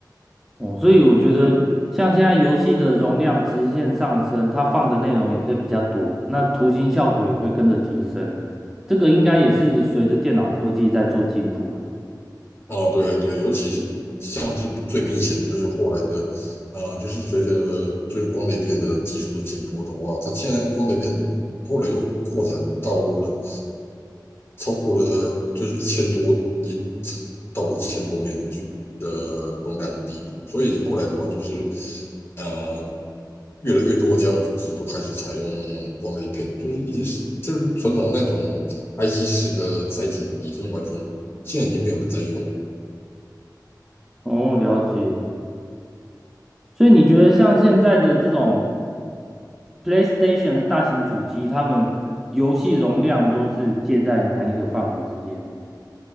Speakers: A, in the centre; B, on the left (about 35°).
A: 哦，所以我觉得像现在游戏的容量直线上升，它放的内容也可以比较多，那图形效果也会跟着提升。这个应该也是随着电脑科技在做进步了。
B: 哦，对对，尤其是像是最明显的就是后来的，呃，就是随着就是光碟片的技术的进步的话，它现在光碟片后来又扩展到了超过了就是一千多，已经到了一千多 M B 的距的容量的地步，所以后来的话就是，呃，越来越多的家用手机都开始采用光碟片，就是已经是就是传统那种 IC 式的载体已经完全现在已经没有人在用了。
A: 哦，了解。所以你觉得像现在的这种 PlayStation 的大型主机，他们游戏容量都是介在哪一个范围之间呢？